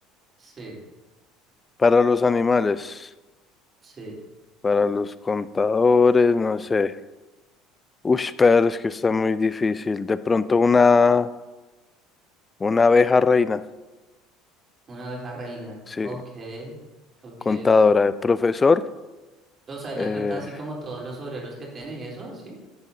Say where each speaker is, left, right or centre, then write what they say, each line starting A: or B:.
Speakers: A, on the right; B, on the left.
A: Sí,
B: para los animales.
A: sí,
B: para los contadores, no sé. Uy, pero es que está muy difícil. De pronto una, una abeja reina,
A: una abeja reina.
B: sí,
A: Ok, ok.
B: contadora, eh, profesor.
A: O sea, ya
B: eh,
A: cuenta así como todos los obreros que tiene y eso, así.